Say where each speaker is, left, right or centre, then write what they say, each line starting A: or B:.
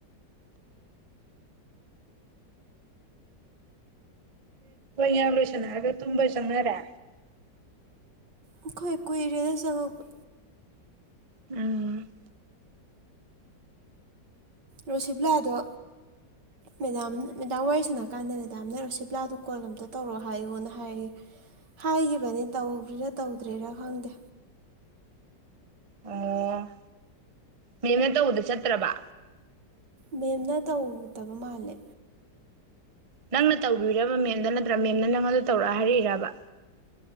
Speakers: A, on the right (about 55°); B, on the right (about 75°).
A: ꯌꯥ ꯂꯁꯅꯒ ꯇꯨꯝꯁꯪꯅꯔ
B: ꯑꯩꯈꯣꯏ ꯀꯣꯏ ꯑꯦꯔꯤꯌꯥꯗ ꯆꯪꯉꯛꯄ
A: ꯎꯝ
B: ꯔꯣꯁꯤꯕꯂꯥꯗꯣ ꯃꯦꯗꯥꯝ ꯃꯦꯗꯥꯝ ꯋꯥꯔꯤ ꯁꯥꯟꯅꯀꯥꯟꯗ ꯃꯦꯗꯥꯝꯅ ꯔꯨꯁꯤꯞꯂꯥꯗꯨ ꯀꯣꯜ ꯑꯃꯝꯇ ꯇꯧꯔꯛꯑꯣ ꯍꯥꯏꯌꯣꯅ ꯍꯥꯏꯔꯤ ꯍꯥꯏꯈꯤꯕꯅꯤ ꯇ꯭ꯔꯥ ꯇꯧꯗ꯭ꯔꯦꯔꯥ ꯈꯪꯗꯦ
A: ꯑꯣ ꯃꯦꯝꯅ ꯇꯧꯕꯗ ꯆꯠꯇ꯭ꯔꯕ
B: ꯃꯦꯝꯅ ꯇꯧꯗꯕ ꯃꯥꯜꯂꯦ
A: ꯅꯪꯅ ꯇꯧꯕꯤꯔꯕ ꯃꯦꯝꯗ ꯅꯠꯇ꯭ꯔꯥ ꯃꯦꯝꯅ ꯅꯪꯣꯟꯗ ꯇꯧꯔꯛ ꯍꯥꯏꯔꯛꯏꯕ